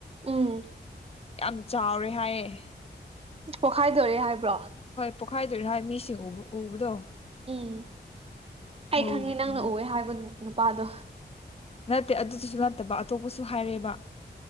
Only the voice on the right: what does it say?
ꯎꯝ
ꯄꯣꯛꯈꯥꯏꯗꯣꯔꯦ ꯍꯥꯏꯕ꯭ꯔꯣ
ꯎꯝ ꯑꯩ
ꯈꯪꯉꯦ ꯅꯪꯅ
ꯎꯑꯦ ꯍꯥꯏꯕ ꯅꯨꯄꯥꯗꯣ